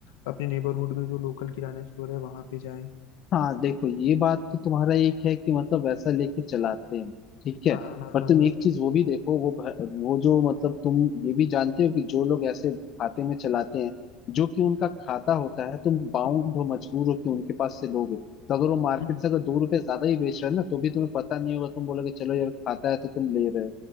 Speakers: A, on the left; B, on the left.
A: अपने नेबरहुड में जो लोकल किराना स्टोर है वहां पे जाएं
B: हाँ देखो ये बात तो तुम्हारा एक है कि मतलब वैसा लेके चलाते हैं ठीक है
A: हाँ हाँ हाँ
B: पर
A: हाँ
B: तुम
A: हाँ
B: एक चीज वो भी देखो वो भ- वो जो मतलब तुम ये भी जानते हो कि जो लोग ऐसे खाते में चलाते हैं जो कि उनका खाता होता है तुम बाउंड हो मजबूर हो कि उनके पास से लोगे तो अगर वो मार्केट
A: हम्म।
B: से अगर दो रुपए ज्यादा ही बेच रहा है ना तो भी तुम्हें पता नहीं होगा तुम बोलोगे चलो यार खाता है तो तुम ले रहे हो